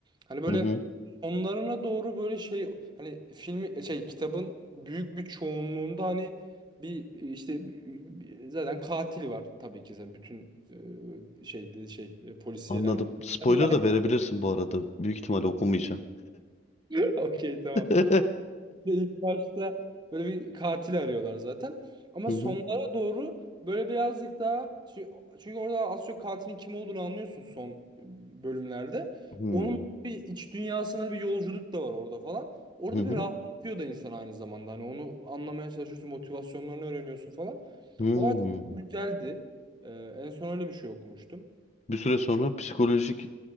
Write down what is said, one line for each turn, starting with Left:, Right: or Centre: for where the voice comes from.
Right: hani böyle
Left: Hı hı.
Right: Onlarına doğru böyle şey hani filmi e, şey kitabın büyük bir çoğunluğunda hani bir e, işte bir- bir- zaten katil var tabii ki zaten bütün e, şeyde şey e, polisiyelerde.
Left: Anladım. Spoiler
Right: Ya Bir tane
Left: da verebilirsin bu arada. Büyük ihtimalle okumayacağım.
Right: <laughs> okey tamam.
Left: <laughs>
Right: Ve ilk başta böyle bir katil arıyorlar zaten. Ama
Left: Hı
Right: sonlara
Left: hı.
Right: doğru böyle birazcık daha çünkü çünkü orada az çok katilin kim olduğunu anlıyorsun son bölümlerde.
Left: Hmm,
Right: Onun bir iç dünyasına bir yolculuk da var orada falan. Orada
Left: Hı hı.
Right: bir rahatlatıyor da insan aynı zamanda. Hani onu anlamaya çalışıyorsun, motivasyonlarını öğreniyorsun falan.
Left: Hmm.
Right: O açıdan güzeldi. Ee, en son öyle bir şey okumuştum.
Left: Bir süre sonra psikolojik